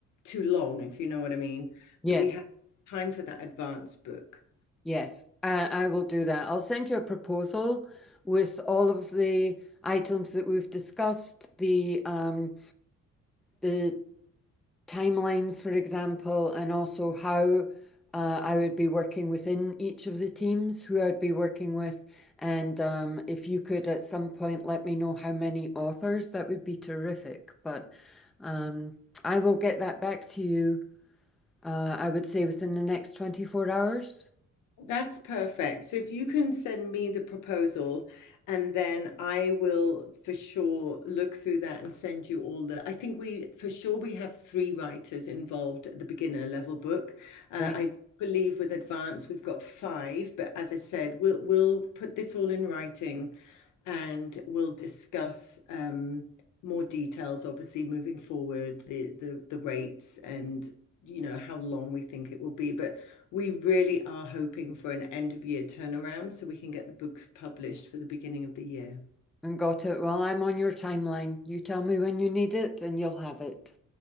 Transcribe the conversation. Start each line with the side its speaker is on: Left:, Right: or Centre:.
Left: too long, if you know what I mean. So
Centre: Yes.
Left: we have time for that advance book.
Centre: Yes. I, I will do that. I'll send you a proposal with all of the items that we've discussed, the um, the timelines, for example, and also how uh, I would be working within each of the teams, who I'd be working with. And um, if you could at some point let me know how many authors, that would be terrific. But um, I will get that back to you, uh, I would say within the next 24 hours.
Left: That's perfect. So if you can send me the proposal, and then I will for sure look through that and send you all the. I think we for sure we have three writers involved at the beginner level book. Uh,
Centre: Right.
Left: I believe with advanced we've got five, but as I said, we'll we'll put this all in writing and we'll discuss um, more details, obviously moving forward, the the the rates and you know how long we think it will be. But we really are hoping for an end of year turnaround so we can get the books published for the beginning of the year.
Centre: And got it. Well, I'm on your timeline. You tell me when you need it and you'll have it.